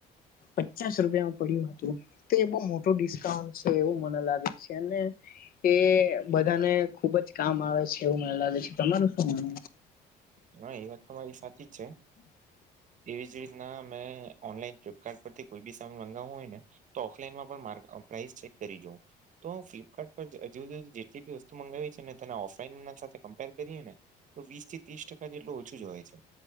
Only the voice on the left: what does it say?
પચાસ રૂપિયામાં પડ્યું હતું તો એ બહ મોટું ડિસ્કાઉન્ટ છે એવું મને લાગે છે અને એ બધાને ખુબ જ કામ આવે છે એવું મને લાગે છે તમારું શું માન